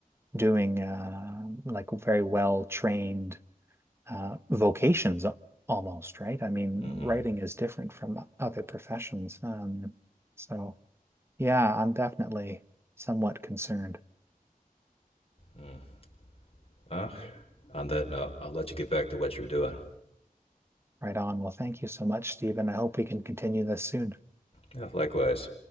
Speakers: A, on the right; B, on the left.
A: doing uh like very well trained uh vocations al- almost, right? I mean,
B: Mm-hmm.
A: writing is different from other professions. Um so yeah, I'm definitely somewhat concerned.
B: Mm. Well, on that note, I'll let you get back to what you were doing.
A: Right on. Well, thank you so much, Stephen. I hope we can continue this soon.
B: Yeah, likewise.